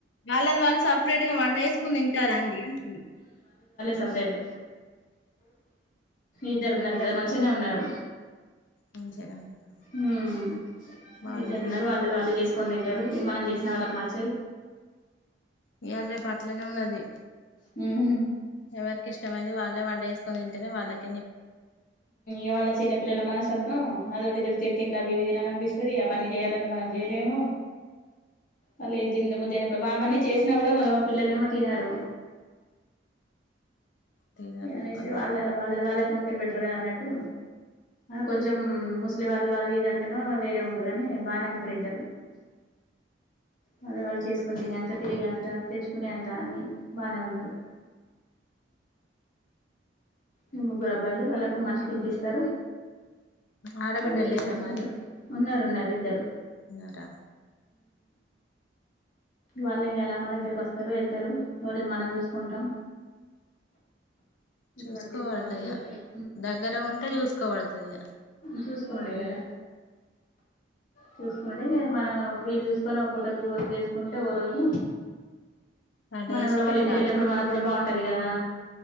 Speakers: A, on the left; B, on the left.
A: వాళ్ళది వాళ్ళు సఫలేట్ గా వంట చేసుకుని తింటారా అండి అంటున్నా
B: సపరేట్ ఇద్దరు ఉన్నారు కదా మంచిగనే ఉన్నారు
A: మంచిగానే ఉన్నదా
B: మ్
A: బానే
B: ఇద్దరు ఉన్నారు
A: ఉన్నా
B: వాళ్ళది వాళ్ళే చేసుకు కొని తింటారు ఇగా మనం చేసిన వాళ్ళకి నచ్చాయి
A: ఇయ్యాల రేపు అట్లనే ఉన్నది
B: మ్ హ్మ్
A: ఎవరికి ఇష్టమైంది వాళ్ళే వంట చేసుకొని తింటెనే వాళ్ళకి
B: ఇవాళ చిన్నపిల్లల మనసత్వం అదొటి ఇద్దటి చిరు తండి అవి ఇవి తినాల అనిపిస్తుంది అవన్నీ చేయాలంటే మనం చేయలేము అ లేదిండి ముద్దయినప్పుడు అవన్నీ చేసినా కూడా మళ్ళీ మా పిల్లలు ఏమో తినరు
A: తినరు
B: ఏమనేసి
A: కొందరు
B: వాళ్ళ వాళ్ళది వాళ్ళకు ఉంటే బెటర్ కదా అన్నట్టు కొంచెం ముస్లి వాళ్ళు అది ఇదంటేను వేరే ఉండుగాని బానే ఉంటరు ఇద్దరు వాళ్ళది వాళ్ళు చేసుకొని తినే అంత తిరిగి అంత తెచ్చుకునే అంత అన్ని బానే ఉన్నారు ఇగ ముగ్గురు అబ్బాయిలు వాళ్ళకు మంచికిింత ఇస్తారు
A: ఆడబిడ్డలు
B: అవే చేసేసుకుంటూ
A: లేరా మరి
B: ఉన్నారు ఉన్నారు ఇద్దరు
A: ఉన్నారా
B: వాళ్ళే యాలమ్మా దగ్గరికి వస్తారు ఎళ్తారు ఓరోజు మనం చూసుకుంటం
A: చూసుకోబడుతది
B: వాడుదిరుగుతాండు
A: ఇగ
B: వెల్తరు
A: దగ్గర ఉంటే చూసుకోబడుతది ఇగ
B: చూస్కునుడేగదా చూస్కునుడే ఇగ మనం వీళ్ళు చూసుకొని ఒక పూటకుర్ చేస్కుంటే ఓ రోజు
A: వంట
B: మనగుడా
A: చేసి
B: వాళ్ళింటికి
A: పెట్టాలే
B: ఎల్ననప్పుడు మనక్ గూడా బాగుంటది కదా